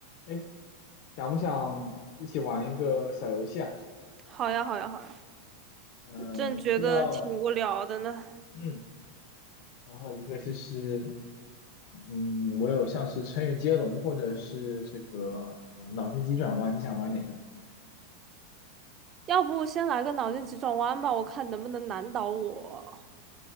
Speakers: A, on the left; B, on the right.
A: 哎，想不想一起玩一个小游戏啊？
B: 好呀，好呀，好呀，
A: 嗯、
B: 正觉得挺无聊的呢。
A: 你知道，嗯，然后一个就是，嗯，我有像是成语接龙或者是这个呃脑筋急转弯，你想玩哪个？
B: 要不先来个脑筋急转弯吧，我看能不能难倒我。